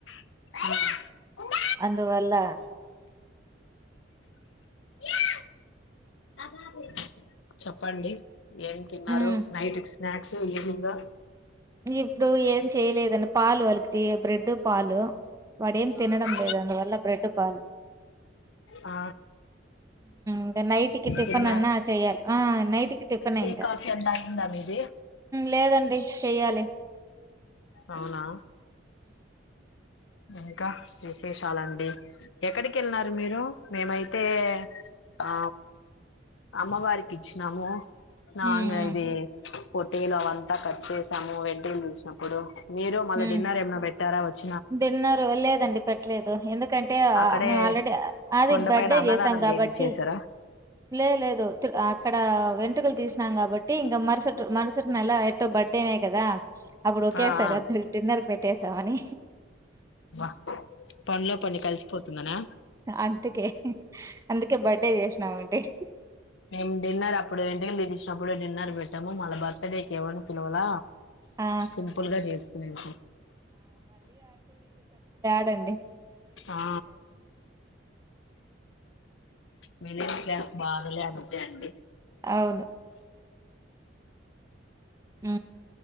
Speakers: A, on the left; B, on the right.
A: ఆ
B: అందువల్ల,
A: <unintelligible> చెప్పండి ఏం తిన్నారు,
B: మ్మ్
A: నైట్ క్స్ స్నాక్స్, ఈవనింగ్.
B: ఇప్పుడు ఏం చేయలేదన్న, పాలు వాలికితి బ్రెడ్ పాలు. వాడు ఏం
A: ఆ
B: తినడం లేదు, అందువల్ల బ్రెడ్ బాన్.
A: ఆ,
B: ఇంకా నైట్ కి టిఫినన్నా
A: తిన్నా
B: చెయ్యాలి ఆ నైట్ కి టిఫిన్
A: టీ
B: ఇంక
A: కాఫీ అంతా అయిందా మీది
B: లేదండి చేయాలి
A: అవునా ఇంకా విశేషాలండి ఎక్కడికి వెళ్ళినారు మీరు మేమైతే ఆ అమ్మవారికి ఇచ్చినాము నన్
B: మ్మ్ మ్మ్
A: ఇదే కొటీలు అవంతా కట్ చేసాము వెడ్డీలు ఉంచినం కుడుకొ మీరు మళ్ళ
B: మ్మ్
A: డిన్నర్ ఏమనా పెట్టారా వచ్చ
B: డిన్నర్ లేదండి పెట్టలేదు ఎందుకు ఎందుకంటే
A: అక్కడే
B: మేము ఆల్రెడీ అది
A: కొండ
B: బర్త్డే
A: పైన అన్నదానం
B: చేసాం కాబట్టి
A: చేపిచ్చేసారా
B: లేదు లేదు ఇక్కడ వెం టుకలు తీసినాం కాబట్టి ఇంకా మరుసటి మరుసటి నెల ఎటు బర్డేనే కదా అప్పుడు ఒకే
A: ఆ
B: సార్
A: ఆ
B: అట్ల టిన్నర్ పెట్టేద్దామని
A: వా పనిలో పని కలిసిపోతుందనా
B: అందుకే అందుకే బర్డే చేేశినవా అంటయి
A: మేము డిన్నర్ అప్పుడు వెంటికలు తీపిచినప్పుడు డిన్నర్ పెట్టాము మల్ల బర్త్ డేక ఏవర్ని పిలవల
B: ఆ
A: సింపుల్ గా చేస్ స్కునేది
B: దండి
A: ఆ మిడిల్ క్లాస్ బాధలంతే అండి
B: అవును. ఊ